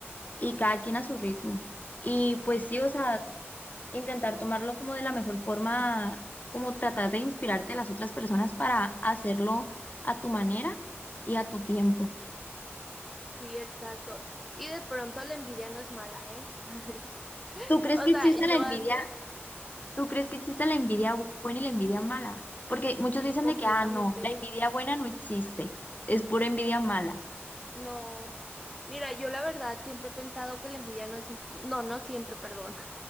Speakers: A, on the left; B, in the centre.
A: y cada quien a su ritmo. Y pues sí, o sea, intentar tomarlo como de la mejor forma, como tratar de inspirarte a las otras personas para hacerlo a tu manera y a tu tiempo.
B: Sí, exacto. Y de pronto la envidia no es mala, ¿eh? <laughs>
A: ¿Tú crees
B: O
A: que
B: sea,
A: existe
B: yo
A: la envidia?
B: antes
A: ¿Tú crees que existe la envidia bu- buena y la envidia mala? Porque
B: sí,
A: muchos dicen
B: completamente.
A: de que, ah, no, la envidia buena no existe, es pura envidia mala.
B: No. Mira, yo la verdad siempre he pensado que la envidia no es, no, no siempre, perdón,